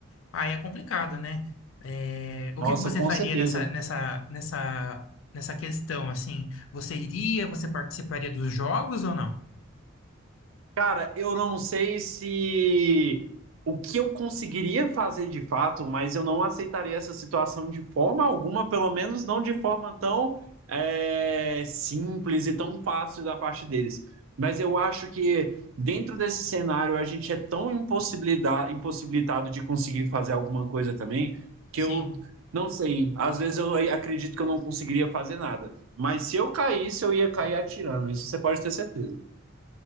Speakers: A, on the left (about 70°); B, on the right (about 75°).
A: Aí é complicado, né? É, o
B: Nossa,
A: que que você
B: com
A: faria
B: certeza.
A: nessa, nessa, nessa, nessa questão, assim? Você iria, você participaria dos jogos ou não?
B: Cara, eu não sei se o que eu conseguiria fazer de fato, mas eu não aceitaria essa situação de forma alguma, pelo menos não de forma tão é, simples e tão fácil da parte deles. Mas eu acho que dentro desse cenário a gente é tão impossibilida- impossibilitado de conseguir fazer alguma coisa também, que
A: Sim,
B: eu não sei. Às vezes eu acredito que eu não conseguiria fazer nada. Mas se eu caísse, eu ia cair atirando. Isso você pode ter certeza.